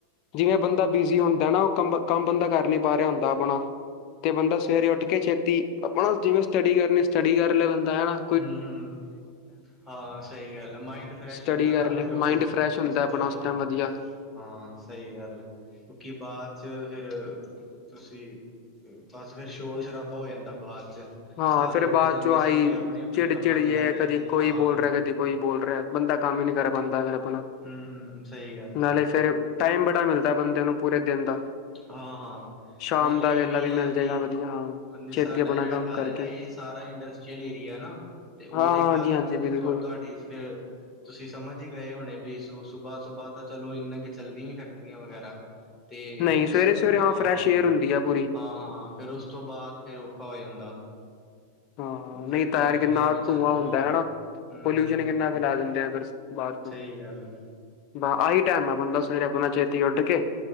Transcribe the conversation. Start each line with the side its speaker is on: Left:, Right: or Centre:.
Left: ਜਿਵੇ ਬੰਦਾ ਬਿਜੀ ਹੁੰਦਾ ਨਾ, ਉਹ ਕੰਮ- ਕੰਮ ਬੰਦਾ ਕਰ ਨੀ ਪਾ ਰਿਹਾ ਹੁੰਦਾ ਆਪਣਾ ਤੇ ਬੰਦਾ ਸਵੇਰੇ ਉਠ ਕੇ ਛੇਤੀ ਆਪਣਾ ਜਿਵੇ ਸਟਡੀ ਕਰਨੀ ਸਟਡੀ ਕਰ ਲਿਆ ਬੰਦਾ ਹੈਨਾ।
Centre: ਹੂ ਹੂ ਹਾਂ ਸਹੀ ਗੱਲ ਹੈ। ਮਾਇਡ ਫਰੈਸ਼
Left: ਸਟੱਡੀ
Centre: ਹੁੰਦਾ
Left: ਕਰ
Centre: ਨਾ
Left: ਲੈ
Centre: ਫੇਰ ਉਦੋ
Left: ਮਾਇੰਡ ਫਰੈਸ਼ ਹੁੰਦਾ
Centre: ਸੁਬਾਹ
Left: ਆਪਣਾ ਉਸ
Centre: ਹਾਂ-
Left: ਟਾਈਮ ਵਧੀਆ।
Centre: ਹਾਂ ਸਹੀ ਸਹੀ ਗਲ ਐ, ਕਿਉਕਿ ਬਾਅਦ ਚ ਫਿਰ ਤੁਸੀ ਬਸ ਫਿਰ ਸ਼ੋਰ ਸ਼ਰਾਬਾ ਹੋ ਜਾਂਦਾ ਬਾਆਦ ''ਚ-
Left: ਹਾਂ
Centre: ਸਾਰੇ
Left: ਫਿਰ
Centre: ਉੱਠ
Left: ਬਾਅਦ
Centre: ਜਾਂਦੇ
Left: ਚੋ ਆਹੀ
Centre: ਸਾਰੇ ਆਪਣੇ ਆਪਣੇ
Left: ਚਿੜ
Centre: ਕੰਮਾਂ
Left: ਚਿੜੀ
Centre: ਚ ਲੱਗ
Left: ਹੈ।
Centre: ਜਾਂਦੇ
Left: ਕਦੇ ਕੋਈ
Centre: ਹਾਂ
Left: ਬੋਲ ਰਿਹਾ ਕਦੇ ਕੋਈ ਬੋਲ ਰਿਹਾ, ਬੰਦਾ ਕਮ ਹੀ ਨਹੀਂ ਕਰ ਪਾਉਦਾ ਫਿਰ ਆਪਣਾ
Centre: ਹੂ ਹੂ ਸਹੀ ਗੱਲ
Left: ਨਾਲੇ
Centre: ਆ
Left: ਫਿਰ ਟਾਈਮ ਬੜਾ ਮਿਲਦਾ ਬੰਦੇ ਨੂੰ, ਪੂਰੇ ਦਿਨ ਦਾ
Centre: ਹਾਂ- ਹਾਂ
Left: ਸ਼ਾਮ
Centre: ਨਾਲੇ
Left: ਦਾ ਵੇਲਾ
Centre: ਇਹ ਵੀ ਹੈ
Left: ਮਿਲ ਜਾਏਗਾ
Centre: ਬਈ,
Left: ਵਧੀਆ ਹਾਂ। ਛੇਤੀ
Centre: ਸਾਡਾ
Left: ਆਪਣਾ
Centre: ਜਿਹੜਾ
Left: ਕੰਮ
Centre: ਘਾਰ
Left: ਕਰਕੇ
Centre: ਹੈਨਾ, ਇਹ ਸਾਰਾ ਇੰਡਸਟਰੀਅਲ ਏਰੀਆ ਨਾ, ਤੇ ਉਹਦੇ
Left: ਹਾਂ ਹਾਂਜੀ
Centre: ਕਾਰਨ
Left: ਹਾਂਜੀ ਬਿਲਕੁਲ।
Centre: ਤੁਹਾਡੀ ਫਿਰ ਤੁਸੀਂ ਸਮਝ ਹੀ ਗਏ ਹੋਣੇ, ਬ ਸੁਬਾਹ- ਸੁਬਾਹ ਤਾਂ ਚਲੋ ਇਨਾ ਕੁ ਚੱਲਦੀ ਨ ਫੈਕਟਰੀਆਂ ਵਗੈਰਾ ਤੇ
Left: ਨਹੀਂ ਸਵੇਰੇ ਸਵੇਰੇ
Centre: ਹਾਂ-
Left: ਫਰੈਸ਼ ਏਅਰ ਹੁੰਦੀ ਆ ਪੂਰੀ
Centre: ਹਾਂ- ਹਾਂ ਫਿਰ ਉਸ ਤੋਂ ਬਾਅਦ, ਫਿਰ ਔਖਾ ਹੋ ਜਾਂਦਾ।
Left: ਹਾਂ ਨਹੀ
Centre: ਫੈਕਟਰੀਆਂ
Left: ਤਾਇਰ
Centre: ਵਗੈਰਾ
Left: ਕਿਨਾ
Centre: ਵੀ ਚੱਲ
Left: ਧੂੰਆਂ
Centre: ਜਾਂਦੀਆਂ
Left: ਹੁਦਾ ਹੈ।
Centre: ਹੂੰ
Left: ਪੋਲਿਊਸ਼ਨ
Centre: ਹੂੰ
Left: ਕਿਨਾ ਫੈਲਾ ਦਿਦੇ ਆ ਫਿਰ ਬਾਹਰ
Centre: ਸਹੀ
Left: ਤੋਂ,
Centre: ਗੱਲ ਹੈ
Left: ਬ ਆਹੀ ਟਾਈਮ ਆ ਬੰਦਾ ਫਿਰ ਆਪਣਾ ਛੇਤੀ ਉਠ ਕੇ